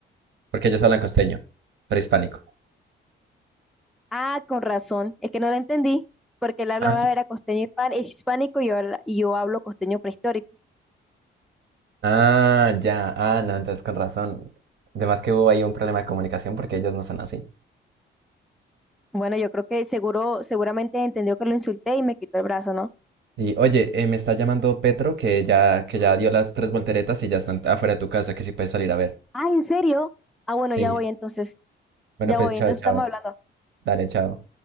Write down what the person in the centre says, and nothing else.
Ah, con razón. Es que no lo entendí, porque él hablaba
era costeño hispan- hispánico y yo, habla- y yo hablo costeño prehistórico.
Bueno, yo creo que seguro, seguramente entendió que lo insulté y me quitó el brazo, ¿no?
Ah, ¿en serio? Ah, bueno,
ya voy entonces.
Ya
voy,
entonces
estamos hablando.